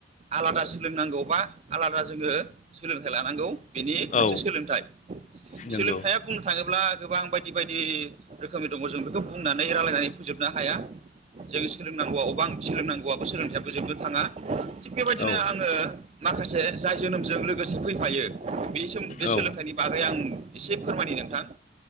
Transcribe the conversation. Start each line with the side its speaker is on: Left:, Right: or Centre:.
Right: आलादा सोलोंनांगौ बा आलादा जोङो सोलोंथाइ लानांगौ बेनि
Left: औ
Right: मोनसे सोलोंथाइ
Left: नंगौ
Right: सोलोंथाइया बुंनो थाङोब्ला गोबां बायदि बायदि रोखोमनि दङ जों बेखौ बुंनानै रायलायनानै फोजोबनो हाया। जोङो सोलोंनांगौआ अबां सोलोंनांगौआबो सोलोंथाइयाबो जोबनो थाङा। थिग बेबायदिनो
Left: औ
Right: आङो माखासे जाय जोनोमजों लोगोसे फैफायो बे सोम बे
Left: औ
Right: सोलोंथाइनि बागै आं एसे फोरम नोंथां